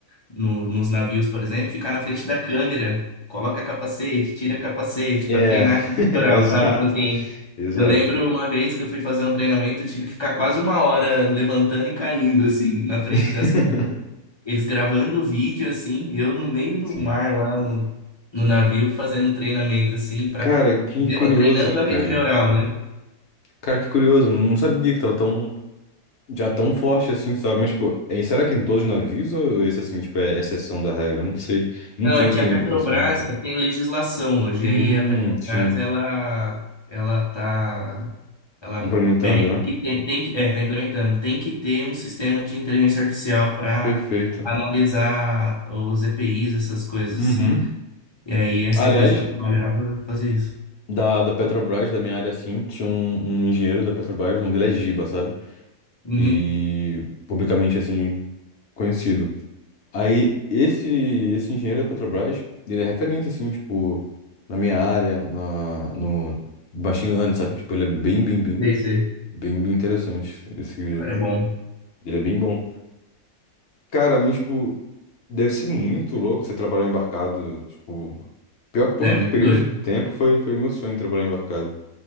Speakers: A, on the left (about 35°); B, on the left (about 60°).
A: no- nos navios, por exemplo, ficar na frente da câmera, coloca capacete, tira capacete
B: É,
A: para treinar esse litoral,
B: <laughs> exato,
A: sabe? Tipo assim,
B: exato.
A: eu lembro uma vez que eu fui fazer um treinamento, eu tive que ficar quase uma hora levantando e caindo, assim, na frente
B: <laughs>
A: das câmeras. Eles gravando o vídeo, assim, eu no meio do
B: Sim.
A: mar lá no, no navio fazendo treinamento, assim, para
B: Cara, que curioso,
A: treinando a
B: cara.
A: rede neural, né?
B: Cara, que curioso. Não sabia que tava tão, já tão forte assim, sabe? Mas, tipo, é- será que em todos os navios ou esse, assim, tipo, é exceção da regra? Não sei. Não
A: Não,
B: tenho
A: é
B: esse
A: que
B: conhe-
A: a Petrobras
B: conhecimento.
A: é que tem legislação hoje,
B: Hum,
A: aí a Petrobras
B: sim.
A: ela ela tá ela
B: Implementando,
A: pede
B: né?
A: que tem, tem que é, tá implementando, tem que ter um sistema de inteligência artificial para
B: Perfeito.
A: analisar os EPIs, essas coisas
B: Uhum.
A: assim. E aí essa
B: Aliás,
A: empresa que eu trabalhava fazia isso.
B: Da, da Petrobras, da minha área, assim, tinha um, um engenheiro da Petrobras, o nome dele é Giba, sabe?
A: Uhum,
B: E publicamente, assim, conhecido. Aí, esse, esse engenheiro da Petrobras, ele é referência, assim, tipo, na minha área, na, no machine learning, sabe? Tipo, ele é bem, bem, bem,
A: sei, sei. O
B: bem, bem interessante. Esse,
A: cara é bom.
B: ele é bem bom. Cara, mas, tipo, deve ser muito louco você trabalhar embarcado, tipo... Pior que por
A: É,
B: um
A: é
B: período
A: muito doido.
B: de tempo foi, foi meu sonho trabalhar embarcado.